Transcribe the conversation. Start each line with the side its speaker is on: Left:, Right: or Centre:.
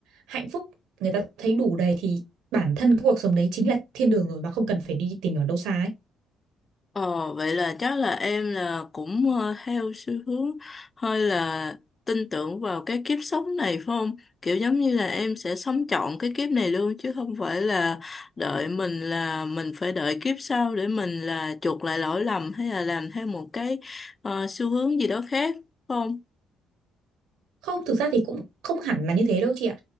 Right: hạnh phúc người ta thấy đủ đầy thì bản thân cái cuộc sống đấy chính là thiên đường rồi mà không cần phải đi tìm ở đâu xa ấy
Left: Ờ, vậy là chắc là em là cũng ờ, theo xu hướng hơi là tin tưởng vào cái kiếp sống này phải không? Kiểu giống như là em sẽ sống trọn cái kiếp này luôn chứ không phải là đợi mình là mình phải đợi kiếp sau để mình là chuộc lại lỗi lầm hay là làm theo một cái ờ, xu hướng gì đó khác phải không?
Right: Không, thực ra thì cũng không hẳn là như thế đâu chị ạ.